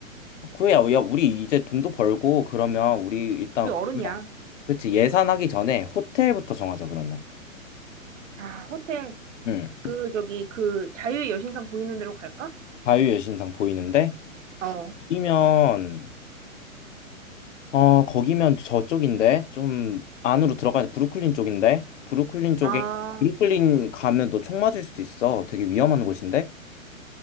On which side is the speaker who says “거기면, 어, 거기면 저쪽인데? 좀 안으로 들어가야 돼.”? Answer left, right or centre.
Left